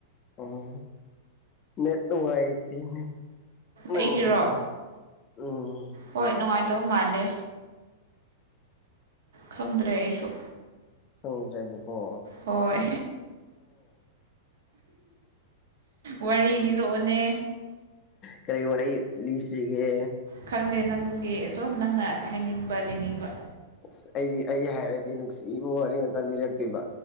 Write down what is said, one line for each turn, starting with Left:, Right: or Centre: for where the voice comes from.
Left: ꯑꯣ ꯅꯠ ꯅꯨꯡꯉꯥꯏꯇꯅꯦ ꯅꯪꯒꯤꯗꯣ
Right: ꯑꯩꯒꯤꯔꯣ
Left: ꯎꯝ
Right: ꯍꯣꯏ ꯅꯨꯡꯉꯥꯏꯇꯕ ꯃꯥꯜꯂꯦ ꯈꯪꯗ꯭ꯔꯦ ꯑꯩꯁꯨ
Left: ꯁꯪꯗ꯭ꯔꯦꯕꯀꯣ
Right: ꯍꯣꯏ ꯋꯥꯔꯤ ꯂꯤꯔꯛꯑꯣꯅꯦ
Left: ꯀꯔꯤ ꯋꯥꯔꯤ ꯂꯤꯁꯤꯒꯦ
Right: ꯈꯪꯗꯦ ꯅꯪꯒꯤ ꯑꯨꯝ ꯅꯪꯅ ꯍꯥꯏꯅꯤꯡꯕ ꯂꯤꯅꯤꯡꯕ
Left: ꯑꯁ ꯑꯩꯗꯤ ꯑꯩ ꯍꯥꯏꯔꯗꯤ ꯅꯨꯡꯁꯤꯕ ꯋꯥꯔꯤ ꯉꯥꯛꯇ ꯂꯤꯔꯛꯇꯣꯏꯕ